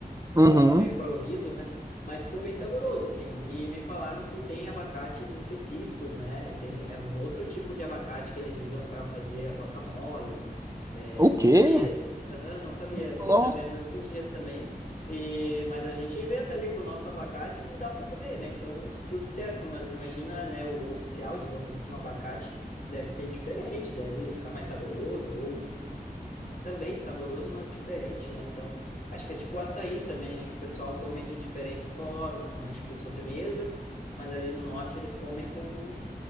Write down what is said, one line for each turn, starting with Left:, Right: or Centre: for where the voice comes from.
Left: ah,
Right: Uhum.
Left: no improviso, né? Mas ficou bem saboroso, assim. E me falaram que tem abacates específicos, né? Tem, um, é um outro tipo de abacate que eles usam para fazer a guacamole. É,
Right: O
Left: nem
Right: quê?
Left: sabia, Aham, não sabia, fiquei
Right: Nossa.
Left: sabendo esses dias também. E, mas a gente inventa ali com o nosso abacate e dá para comer, né? Então, tudo certo. Mas imagina, né, o oficial, digamos assim, o abacate deve ser diferente, deve ficar mais saboroso ou também saboroso, mas diferente, né? Então, acho que é tipo o açaí também, né? Que o pessoal come de diferentes formas, né? Tipo sobremesa, mas ali no norte eles comem com